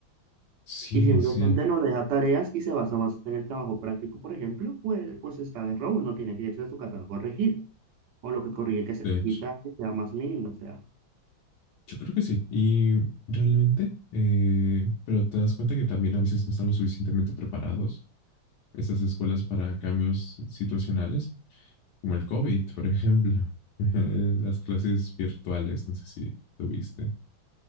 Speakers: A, on the left (about 75°); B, on the right (about 65°).
A: sí,
B: Y si un
A: sí.
B: docente no deja tareas y se basa más en el trabajo práctico, por ejemplo, pues, pues está de robo, no tiene que irse a su casa a corregir. O lo que corrige que se
A: De hecho,
B: quita que sea más mínimo, o sea.
A: yo creo que sí. Y realmente, eh, pero te das cuenta que también a veces no están lo suficientemente preparados estas escuelas para cambios situacionales, como el COVID, por ejemplo, <laughs> las clases virtuales, no sé si tuviste.